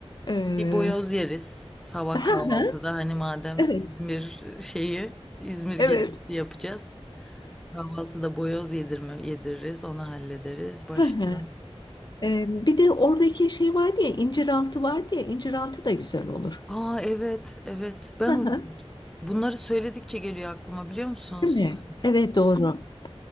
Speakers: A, on the left (about 40°); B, in the centre.
A: E,
B: Bir boyoz yeriz sabah
A: <laughs>
B: kahvaltıda. Hani madem
A: Evet,
B: İzmir şeyi İzmir gezisi
A: evet.
B: yapacağız. Kahvaltıda boyoz yedirme, yediririz onu hallederiz. Başka?
A: <laughs> E, Bir de oradaki şey vardı ya, inciraltı vardı ya, inciraltı da güzel olur.
B: Aa evet evet ben
A: <laughs>
B: bunları söyledikçe geliyor aklıma biliyor musunuz?
A: Değil mi? Evet, doğru.